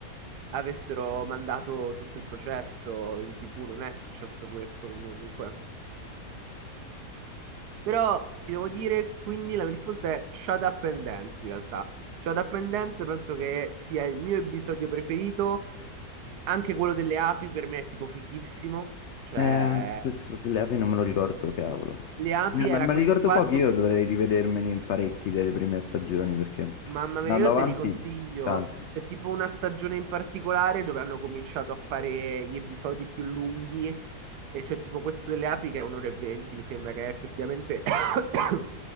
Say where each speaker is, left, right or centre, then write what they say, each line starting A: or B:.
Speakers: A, on the right; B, on the left.
A: avessero mandato tutto il processo in TV. Non è successo questo comunque. Però ti devo dire, quindi la mia risposta è Shut Up and Dance in realtà. Shut Up and Dance penso che sia il mio episodio preferito Anche quello delle api per me è tipo fichissimo. Cioè,
B: eh, anche questo delle api non me lo ricordo, cavolo.
A: le api
B: Eh, ma,
A: era
B: ma
A: questo
B: ricordo
A: qua.
B: pochi,
A: do-
B: io dovrei rivedermeli parecchi delle prime stagioni perché
A: Mamma
B: andando
A: mia, io
B: avanti,
A: te li consiglio.
B: tanti.
A: C'è tipo una stagione in particolare dove hanno cominciato a fare gli episodi più lunghi. E c'è tipo questo delle api che è un'ora e venti. Mi sembra che è effettivamente <coughs>